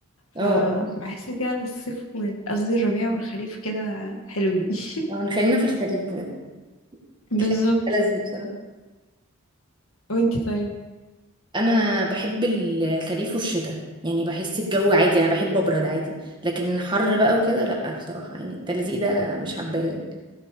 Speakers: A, on the right (about 20°); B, on the left (about 65°).
A: اه
B: فبحس
A: اه
B: كده الصيف وال- قصدي الربيع والخريف كده حلوين <laughs>
A: آه، خلينا في الخريف بجد
B: بالظبط
A: الخريف ألذ بصراحة
B: وانتي طيب
A: انا بحب الخريف والشتاء يعني بحس الجو عادي انا بحب ابرد عادي لكن حر بقى وكده لا بصراحة يعني التلزيق ده مش حباه يعني.